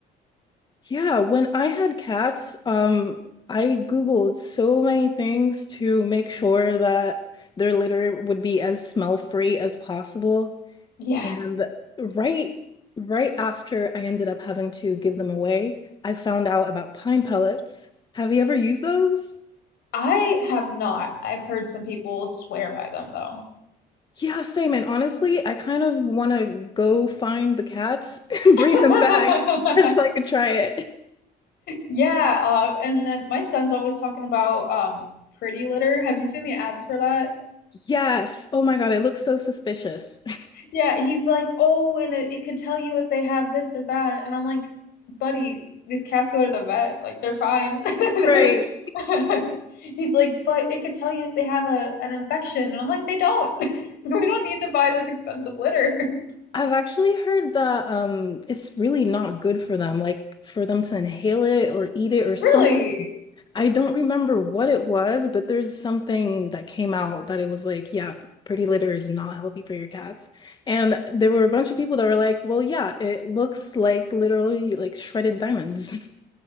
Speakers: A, on the left; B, on the left.
A: Yeah, when I had cats, um, I Googled so many things to make sure that their litter would be as smell-free as possible.
B: Yeah,
A: And right right after I ended up having to give them away, I found out about pine pellets. Have you ever used those?
B: I have not. I've heard some people swear by them though.
A: Yeah, same. And honestly, I kind of want to go find the cats <laughs> and
B: <laughs>
A: bring them back <laughs> just so I could try it.
B: Yeah, uh, and then my son's always talking about um Pretty Litter. Have you seen the ads for that?
A: Yes. Oh my God, it looks so suspicious. <laughs>
B: Yeah, he's like, "Oh, and it, it could tell you if they have this or that." And I'm like, "Buddy, these cats go to the vet. Like they're fine." <laughs>
A: Right.
B: They're <laughs> He's like, "But it could tell you if they have a an infection." And I'm like, "They don't. <laughs> We don't need to buy this expensive litter." <laughs>
A: I've actually heard that um it's really not good for them, like for them to inhale it or eat it or some
B: Really?
A: I don't remember what it was, but there's something that came out that it was like, yeah, pretty litter is not healthy for your cats. And there were a bunch of people that were like, well, yeah, it looks like literally like shredded diamonds. <laughs>